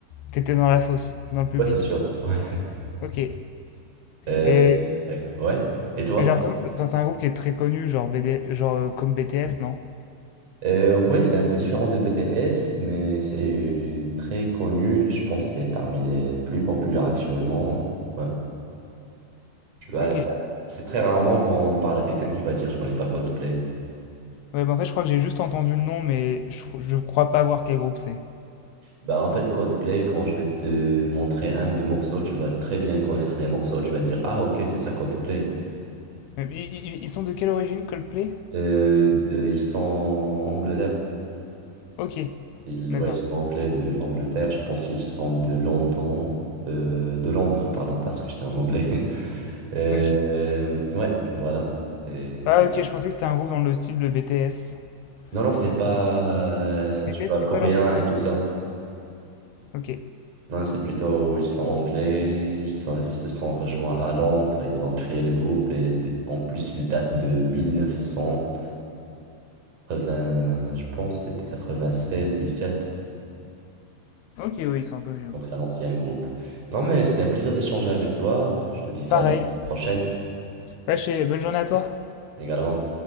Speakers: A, on the left; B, on the right.
A: t'étais dans la fosse, dans le public,
B: Ouais, c'est sûr. Ouais.
A: ok.
B: Euh,
A: Et
B: tac, ouais. Et toi?
A: J'ai l'impression que c'est enfin, c'est un groupe qui est très connu, genre, B D genre euh, comme BTS, non?
B: Euh, ouais, c'est un peu différent des BTS, mais c'est très connu. Je pense que c'est parmi les plus populaires actuellement. Ouais. Tu vois,
A: Ok.
B: ça- c'est très rarement qu'on parle à quelqu'un qui va dire je connais pas Coldplay.
A: Ouais, bah, en fait, je crois que j'ai juste entendu le nom, mais je, je crois pas voir quel groupe c'est.
B: Bah, en fait, Coldplay, quand je vais te montrer un, deux morceaux, tu vas très bien connaître les morceaux. Tu vas dire ah, ok, c'est ça Coldplay.
A: Mais i- i- Ils sont de quelle origine, Coldplay?
B: Euh, de- ils sont Angleterre.
A: Ok,
B: Ils,
A: d'accord.
B: ouais, ils sont anglais de l'Angleterre. Je pense qu'ils sont de London, euh, de Londres, pardon, parce que j'étais en anglais. <laughs> Euh,
A: Ok.
B: euh, ouais, voilà. Et-
A: Ah, ok, je pensais que c'était un groupe dans le style de BTS.
B: Non, non, c'est
A: Euh,
B: pas, euh,
A: BTS,
B: tu vois, coréen
A: c'est quoi leur style? de
B: et
A: musique
B: tout ça.
A: Ok.
B: Non, non, c'est plutôt, ils sont anglais, ils sont- ils se sont rejoints à Londres, et ils ont créé le groupe et d- en plus, ils datent de 1980, je pense, c'était 96, 17.
A: Ok, oui, ils sont un peu vieux,
B: Donc,
A: quoi.
B: c'est un ancien groupe. Non, mais c'était un plaisir d'échanger avec toi. Je te dis salut,
A: Pareil.
B: à la prochaine
A: Ouais, je sais- bonne journée à toi.
B: également.